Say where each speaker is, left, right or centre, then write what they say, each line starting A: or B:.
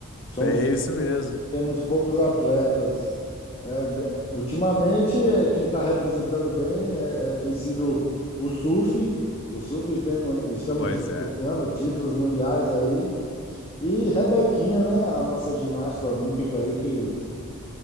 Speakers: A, on the left; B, on the left.
A: Somos
B: É isso mesmo.
A: Temos poucos atletas. É, g- ultimamente, é, quem está representando bem é, é, tem sido o surf. O surf temos, estamos
B: Pois
A: disputando
B: é,
A: títulos mundiais aí. E Rebequinha, né? A nossa ginasta olímpica aí, que